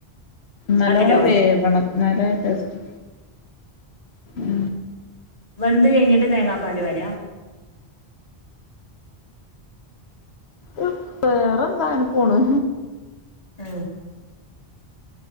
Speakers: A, on the left; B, on the left.
A: നല്ലോണം
B: അതിലോ
A: വേവണം ന്നാലെ ടേസ്റ്റ് ഉ
B: വന്ത് കഴിഞ്ഞിട്ട് തേങ്ങാപ്പാല് വരാ
A: ഇ വേറന്താന പോണ്
B: ആ